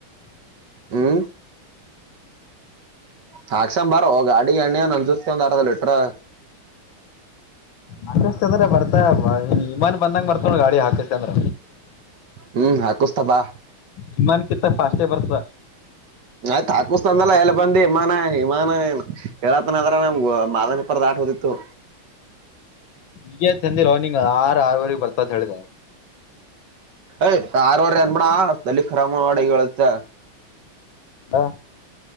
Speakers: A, on the right (about 60°); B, on the left (about 70°).
A: ಹ್ಮ ಹಾಕ್ಷಂಬಾರ ಗಾಡಿ ಎಣ್ಣಿ ಏನ್ ಅಂಜ ಇತ್ತೊಂದ ಅರ್ಧ ಲಿಟ್ರ.
B: ಹಾಕತ್ ಅಂದ್ರ ಬರ್ತ ಇಮಾನ್ ಬಂದ ಬರ್ತ ಗಾಡಿ ಹಾಕಸ್ತ ಅಂದ್ರ
A: ಹ್ಮ ಹಾಕುಸ್ತಾ ಬಾ.
B: ವಿಮಾನ್ ಕಿತ್ತ ಫಾಸ್ಟೇ ಬರ್ತ.
A: ನಾಯ್ತ ಹಾಕಸ್ತಾಂದನ ಎಲ್ಲಿ ಬಂದ ವಿಮಾನ ವಿಮಾನ ಹೇಳತನ ಅದ್ರ ನಮ್ ಮಾದನಿ ಪುರ ದಾಟಬೋದಿತ್ತು.
B: ಈಗ ತಂದಿಲ್ಲ ನಿಂಗ ಆರ ಆರವರೆಗೆ ಬರ್ತ ಅತ್ತ ಹೇಳಿದ.
A: ಯ ಆರುವರೆ ಅನ್ಬೇಡ ತೆಲಿ ಖರಾಬ ಮಾಡ್ಬ್ಯಾಡ ಈಗ ಹೇಳತೆ.
B: ಹಾ